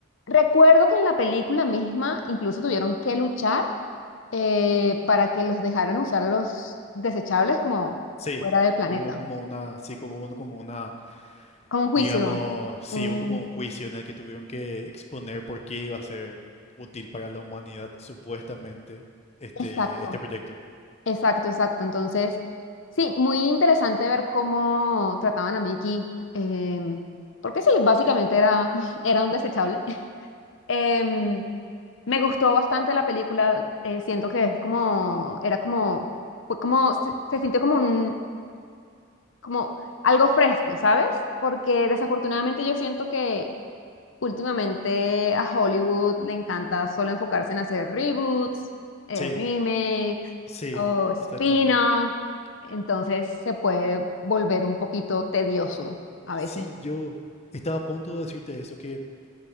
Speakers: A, on the left; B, on the left.
A: recuerdo que en la película misma incluso tuvieron que luchar eh, para que los dejaran usar los desechables como
B: Sí,
A: fuera del planeta,
B: hubo como una, sí, hubo uno como una,
A: como un juicio.
B: digamos, sí,
A: Un-
B: hubo como un juicio en el que tuvieron que exponer por qué iba a ser útil para la humanidad, supuestamente, este,
A: exacto,
B: este proyecto.
A: exacto, exacto. Entonces, sí, muy interesante ver cómo trataban a Mickey, em, porque sí, básicamente era, <laughs> era un desechable. Em, me gustó bastante la película, eh, siento que es como, era como, fue como, se, se sintió como un, como algo fresco, ¿sabes? Porque desafortunadamente yo siento que Últimamente a Hollywood le encanta solo enfocarse en hacer reboots, eh,
B: Sí,
A: remakes
B: sí,
A: o spin-off,
B: exactamente.
A: entonces se puede volver un poquito tedioso a
B: Sí,
A: veces.
B: yo estaba a punto de decirte eso, que.